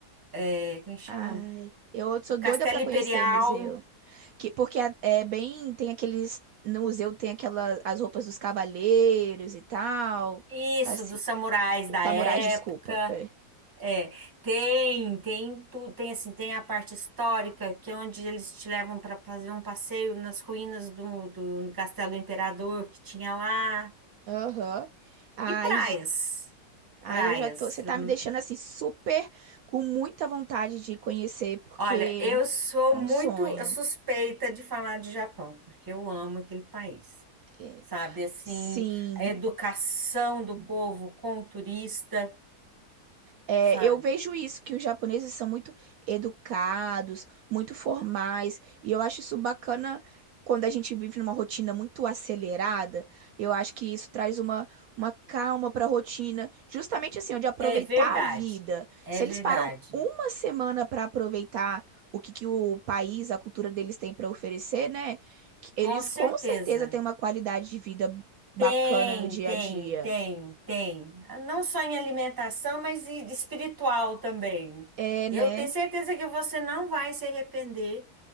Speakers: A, on the right (about 15°); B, on the right (about 70°).
A: é, como é que chama?
B: Ai, eu sou
A: O Castelo
B: doida pra conhecer
A: Imperial,
B: museu. Que, porque é, é bem, tem aqueles, no museu tem aquelas, as roupas dos cavaleiros e tal,
A: isso,
B: assim,
A: dos samurais da
B: samurais,
A: época.
B: desculpa. É.
A: É, tem, tem tudo, tem assim, tem a parte histórica, que é onde eles te levam para fazer um passeio nas ruínas do, do Castelo Imperador que tinha lá.
B: Aham. Ai,
A: E praias.
B: Aí
A: Praias.
B: eu já tô. Você tá
A: Hum.
B: me deixando assim super com muita vontade de conhecer, porque
A: Olha, eu sou
B: é
A: muito
B: um sonho.
A: suspeita de falar de Japão, porque eu amo aquele país.
B: É,
A: Sabe, assim,
B: Sim.
A: a educação do povo com o turista,
B: É,
A: sabe?
B: eu vejo isso, que os japoneses são muito educados, muito formais, e eu acho isso bacana quando a gente vive numa rotina muito acelerada. Eu acho que isso traz uma, uma calma para a rotina, justamente assim, ó, de aproveitar
A: É verdade.
B: a vida.
A: É
B: Se eles
A: verdade.
B: param uma semana para aproveitar o que, que o país, a cultura deles tem para oferecer, né? que Eles
A: Com certeza.
B: com certeza têm uma qualidade de vida bacana
A: Tem,
B: no dia
A: tem,
B: a dia.
A: tem, tem. Não só em alimentação, mas e espiritual também.
B: É,
A: Eu
B: né?
A: tenho certeza que você não vai se arrepender,